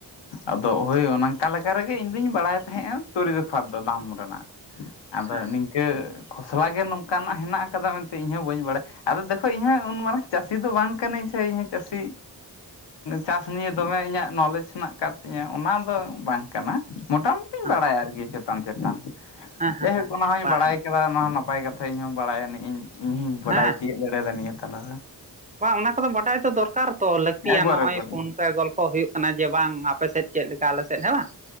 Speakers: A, on the left; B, on the right.
A: ᱟᱫᱚ ᱦᱳᱭ ᱝᱠᱟ ᱞᱮᱠᱟ ᱨᱮᱜᱮ ᱤᱧ ᱫᱩᱧ ᱵᱟᱲᱟᱭ ᱛᱟᱦᱮᱸᱜᱼᱟ ᱛᱲᱤ ᱛᱚᱯᱷᱟᱛ ᱫᱚ ᱫᱟᱢ ᱨᱮᱱᱟᱜ ᱟᱫᱚ
B: ᱦᱮᱸ
A: ᱱᱤᱝᱠᱟᱹ ᱠᱷᱚᱥᱞᱟ ᱜᱮ ᱱᱚᱝᱠᱟᱱᱟᱜ ᱦᱮᱱᱟᱜ ᱠᱟᱫᱟ ᱢᱮᱱᱛᱮ ᱤᱧ ᱦᱚᱸ ᱵᱟᱹᱧ ᱵᱟᱲᱟᱭᱟ ᱟᱫᱚ ᱫᱮᱠᱷᱚ ᱤᱧ ᱦᱚᱸ ᱩᱱ ᱢᱟᱨᱟᱝ ᱪᱟᱹᱥᱤ ᱫᱚ ᱵᱟᱝ ᱠᱟᱹᱱᱟᱹᱧ ᱥᱮ ᱤᱧᱦ ᱪᱟᱹᱥᱤ ᱪᱟᱥ ᱱᱤᱭᱟᱹ ᱫᱚᱢᱮ ᱤᱧᱟᱹᱜ ᱱᱚᱞᱮᱡᱽ ᱦᱮᱱᱟᱜ ᱟᱠᱟᱫ ᱛᱤᱧᱟᱹ ᱚᱱᱟ ᱫᱚ ᱵᱟᱝ ᱠᱟᱱᱟ ᱢᱚᱴᱟ ᱢᱩᱴᱤᱧ
B: ᱦᱮᱸ
A: ᱵᱟᱲᱟᱭ ᱟᱨ ᱪᱮᱫ? ᱪᱮᱛᱟᱱ ᱪᱮᱛᱟᱱ
B: ᱦᱮᱸ ᱦᱮᱸ
A: ᱡᱟᱭ ᱦᱚᱠ ᱚᱱᱟ ᱦᱚᱧ
B: ᱵᱟᱦ
A: ᱵᱟᱲᱟᱭ ᱠᱮᱫᱟ ᱱᱚᱣᱟ ᱱᱟᱯᱟᱭ ᱠᱟᱛᱷᱟ ᱤᱧᱦᱚᱸ ᱵᱟᱲᱟᱭ ᱟᱹᱤᱡ ᱤᱧ ᱤᱧᱦᱧ ᱵᱟᱰᱟᱭ
B: ᱦᱮᱸ
A: ᱛᱤᱭᱳᱜ ᱫᱟᱲᱮᱭᱟᱫᱟ ᱱᱤᱭᱟᱹ ᱛᱟᱞᱟ ᱨᱮ᱾
B: ᱵᱟᱝ ᱚᱱᱟ ᱠᱚᱫᱚ ᱵᱟᱰᱟᱭ ᱛᱟ ᱫᱚᱨᱠᱟᱨ ᱛᱚ ᱞᱟᱹᱠᱛᱤᱭᱟ
A: ᱮᱠᱵᱟᱨᱮ
B: ᱱᱚᱜ
A: ᱮᱠᱵᱟᱨᱮ
B: ᱚᱚᱭ ᱯᱷᱳᱱ ᱛᱮ ᱜᱚᱞᱯᱚ ᱠᱚ ᱦᱩᱭᱩᱜ ᱠᱟᱱᱟ ᱡᱮ ᱵᱟᱝ ᱟᱯᱮ ᱥᱮᱫ ᱪᱮᱫ ᱞᱮᱠᱟ ᱟᱞᱮ ᱥᱮᱫ ᱦᱮᱸ ᱵᱟᱝ?